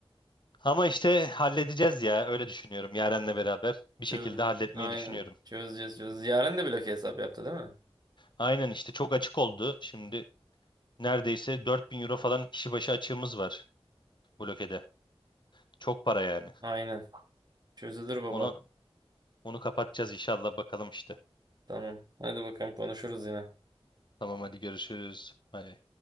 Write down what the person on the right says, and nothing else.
çöz.
Aynen.
Çözeceğiz çözeceğiz. Yaren de blok hesap yaptı değil mi?
Aynen. Çözülür baba.
Tamam. Hadi bakalım konuşuruz yine.